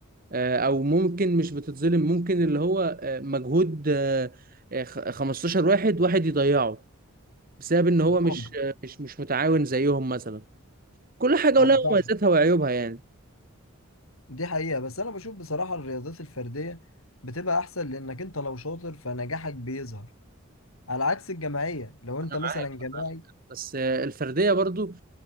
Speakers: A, on the right; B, on the left.
A: آه، او ممكن مش بتتظلم ممكن اللي هو آه، مجهود آه، آه، خ- 15 واحد واحد يضيعه بسبب ان هو
B: فاهم
A: مش آه، مش مش متعاون زيهم مثلا كل حاجه
B: انا
A: ولها
B: فاهم
A: مميزاتها وعيوبها يعني
B: دي حقيقه بس انا بشوف بصراحه الرياضات الفرديه بتبقى احسن لانك انت لو شاطر فنجاحك بيظهر على عكس الجماعيه لو انت
A: انا
B: مثلا
A: معاك أنا
B: جماعي
A: معاك. بس آه، الفرديه برضو